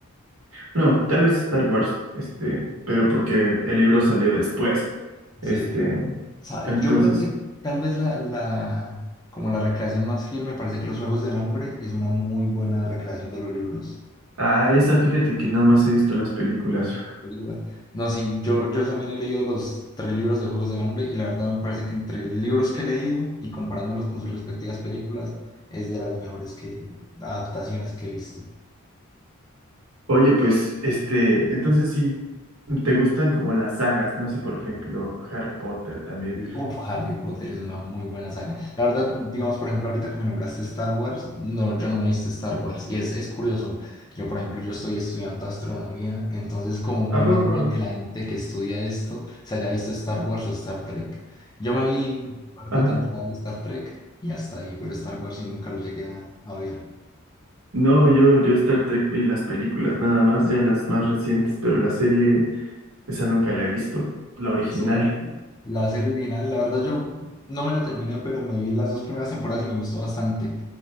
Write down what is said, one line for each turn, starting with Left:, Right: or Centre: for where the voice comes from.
Right: bueno, tal vez Star Wars, este, pero porque el libro salió después, este,
Left: Sí, sí. Sa-
Right: entonces,
Left: Yo creo que tal vez la, la, como la recreación más fiel, me parece que Los Juegos del Hambre es una muy buena recreación de los libros.
Right: ah, esa fíjate que nada más he visto las películas.
Left: películas. No, sí, yo, yo también he leído los tres libros de Juegos del Hambre y la verdad me parece que entre libros que he leído y comparándolos con sus respectivas películas es de las mejores que, adaptaciones que he visto.
Right: Oye, pues, este, entonces sí, te gustan como las sagas, ¿no? Así, por ejemplo, Harry Potter también.
Left: Y, uf, Harry Potter es una muy buena saga. La verdad, digamos, por ejemplo, ahorita que me nombraste Star Wars, no, yo no me viste Star Wars. Y es, es curioso. Yo, por ejemplo, yo estoy estudiando astronomía, entonces es como muy
Right: ¿A poco?
Left: normal que la gente que estudia esto se haya visto Star Wars o Star Trek. Yo me vi un par
Right: Ajá.
Left: de temporadas de Star Trek y hasta ahí, pero Star Wars sí nunca lo llegué a, a ver.
Right: No, yo, yo Star Trek vi las películas nada más, ya las más recientes, pero la serie, esa nunca la he visto, la original.
Left: Sí, la, la serie original, la verdad, yo no me la terminé, pero me vi las dos primeras temporadas y me gustó bastante.